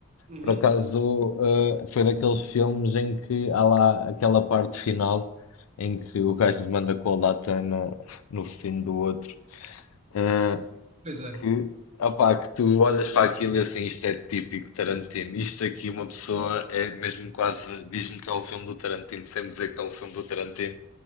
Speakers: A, on the right (about 30°); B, on the left (about 75°).
A: Uhum.
B: Por acaso, eh, foi daqueles filmes em que há lá aquela parte final em que o gajo manda com a lata na- no focinho do outro, eh,
A: Pois é.
B: que, opá, que tu olhas para aquilo e assim, isto é típico Tarantino. Isto aqui, uma pessoa é mesmo quase, diz-me que é um filme do Tarantino, sem me dizer que é um filme do Tarantino.